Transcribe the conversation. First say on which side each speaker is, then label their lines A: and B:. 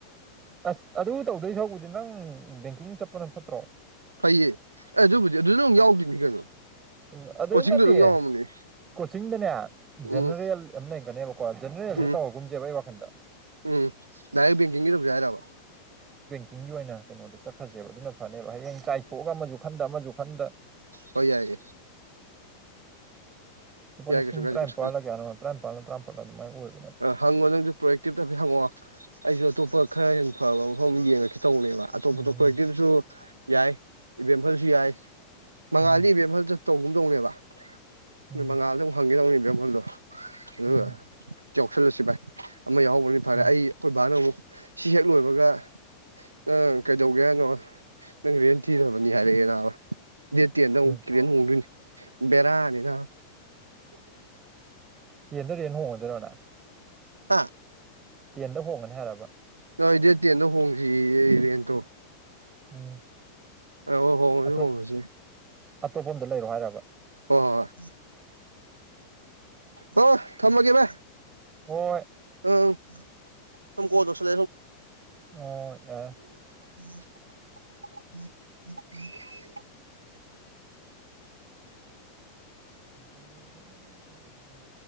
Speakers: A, on the right (about 25°); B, on the right (about 80°).
A: ꯑꯁ ꯑꯗꯨ ꯇꯧꯗꯣꯏ ꯁꯧꯕꯗꯤ ꯅꯪ ꯕꯦꯡꯀꯤꯡ ꯆꯠꯄꯅ ꯐꯠꯇ꯭ꯔꯣ
B: ꯐꯩꯌꯦ ꯑꯦ ꯑꯗꯨꯕꯨꯗꯤ ꯑꯗꯨꯁꯨ ꯑꯃ ꯌꯥꯎꯗ꯭ꯔꯤꯅꯤ ꯀꯩꯅꯣ
A: ꯎꯝ ꯑꯗꯨꯗ
B: ꯀꯣꯆꯤꯡꯗꯣ
A: ꯉꯠꯇꯌꯦ
B: ꯑꯗꯨꯝ ꯌꯥꯎꯔꯝꯃꯅꯤ
A: ꯀꯣꯆꯤꯡꯗꯅꯦ
B: ꯎꯝ
A: ꯖꯦꯅꯔꯦꯜ ꯑꯃ ꯂꯩꯔꯒꯅꯦꯕꯀꯣ ꯖꯦꯅꯔꯦꯜꯗꯤ
B: ꯎꯝ
A: ꯇꯧꯍꯒꯨꯝꯁꯦꯕ ꯑꯩ ꯋꯥꯈꯟꯗ
B: ꯎꯝ ꯗꯗꯥꯏꯔꯦꯡꯡꯦ ꯌꯥꯔꯕ
A: ꯀꯀꯤꯡꯒꯤ ꯑꯣꯏꯅ ꯀꯩꯅꯣꯗ ꯆꯠꯈ꯭ꯔꯁꯦꯕ ꯑꯗꯨꯅ ꯐꯅꯦꯕ ꯍꯌꯦꯡ ꯆꯥꯏꯊꯣꯛꯑꯒ ꯑꯃꯁꯨ ꯈꯟꯗ ꯑꯃꯁꯨ ꯈꯟꯗ
B: ꯍ ꯌꯥꯏꯦ
A: <unintelligible> ꯂꯨꯄꯥ
B: ꯌꯥꯏ
A: ꯂꯤꯁꯤꯡ
B: ꯀꯩꯁꯨ ꯀꯥꯏꯗꯦ
A: ꯇꯔꯥꯅꯤꯄꯥꯜꯒꯌꯥ
B: ꯀꯩꯁꯨ
A: ꯇꯔꯥꯅꯤꯄꯥꯜꯗ ꯇꯔꯥꯄꯜ ꯑꯗꯨꯥꯏꯅ ꯑꯣꯏꯕꯅꯦꯅ
B: ꯍꯪꯉꯣ ꯅꯪꯁꯨ ꯄ꯭ꯔꯣꯌꯦꯦꯛꯇꯤꯞꯇꯐꯠ ꯍꯪꯉꯛꯑꯣ ꯑꯩꯁꯨ ꯑꯇꯣꯞꯄ ꯈꯔ ꯍꯦꯟꯅ ꯐꯕ ꯃꯐꯝ ꯌꯦꯡꯉꯈꯤ ꯇꯧꯅꯦꯕ ꯑꯇꯣꯞ
A: ꯎꯝ
B: ꯑꯇꯣꯞꯄꯛꯇꯤꯁꯨ ꯌꯥꯏ ꯏꯚꯦꯟ ꯐꯁꯨ ꯌꯥꯏ ꯃꯉꯥꯜꯗ
A: ꯎꯝ
B: ꯏꯕꯦꯝ ꯃꯈꯜꯗ ꯇꯧꯒꯨꯝꯗꯧꯅꯦꯕ
A: ꯎꯝ
B: ꯑꯗꯨ ꯃꯉꯥꯜꯗꯨ ꯍꯪꯒꯦꯗꯧꯅꯦ ꯏꯕꯦꯝꯈꯜꯗꯣ ꯑꯗꯨꯒ
A: ꯎꯝ
B: ꯌꯥꯎꯁꯜꯂꯁꯤ ꯚꯥꯏ ꯑꯃ ꯌꯥꯎꯍꯧꯕꯅꯤ ꯐꯔꯦ
A: ꯎꯝ
B: ꯑꯩ ꯑꯩꯈꯣꯏ ꯕꯥꯅ ꯑꯃꯨꯛ ꯁꯤ ꯍꯦꯛ ꯂꯣꯏꯕꯒ ꯅꯪ ꯀꯩꯗꯧꯒꯦ ꯍꯥꯏꯅꯣ ꯅꯪ ꯔꯦꯟ ꯊꯤꯔꯕꯅꯤ ꯍꯥꯏꯔꯛꯑꯦ ꯅꯅꯥꯕ ꯗꯦꯠꯇꯦ ꯅ
A: ꯎꯝ
B: ꯎꯛꯇ꯭ꯔꯦ ꯅꯣꯡꯗꯣꯏꯅꯤ ꯕꯦꯔꯥꯅꯤꯅ
A: ꯇꯦꯟꯗꯔꯦꯅ ꯍꯣꯡꯉꯗꯔꯣꯅ
B: ꯍꯥꯥ
A: ꯇꯦꯟꯗ ꯍꯣꯡꯒꯅꯤ ꯍꯥꯏꯔꯕ
B: ꯅ ꯗꯦ ꯇꯦꯟꯗ ꯍꯣꯡꯁꯤ ꯏꯔꯦꯟꯇꯣ
A: ꯎꯝ
B: ꯑ ꯍꯣꯡꯉꯁꯤ
A: ꯑꯇꯣꯞ
B: ꯍꯣꯡꯉꯁꯤ
A: ꯑꯇꯣꯞꯄ ꯑꯝꯗ ꯂꯩꯔꯣ ꯍꯥꯏꯔꯕ
B: ꯑꯣ ꯑꯣ ꯊꯝꯃꯒꯦ ꯚ
A: ꯍꯣꯏ
B: ꯎꯝ ꯊꯀꯣꯁꯗꯦ ꯁ
A: ꯑꯣ ꯑ
B: ꯎꯝ ꯎꯝ ꯎ
A: ꯔ ꯔ ꯔ ꯔ ꯔ ꯔ